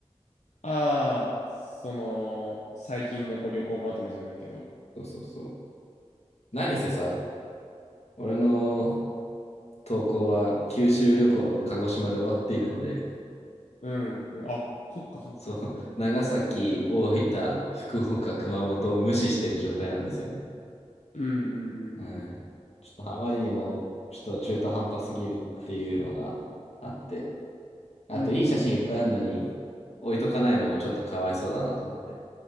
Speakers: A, on the left; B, on the left.
A: ああ、その、最近のこう旅行まとめじゃないけど。
B: そうそうそう。何せさ、俺の投稿は九州旅行の鹿児島で終わっているので、
A: うん、うん。あ、そっかそっか。
B: その長崎、大分、福岡、熊本を無視している状態なんですよね。
A: うんうんうんうん。
B: はい。ちょっとあまりにも、ちょっと中途半端すぎるっていうのがあって、あといい写真いっぱいあるのに
A: うんうん。
B: 置いとかないのもちょっとかわいそうだなと思って。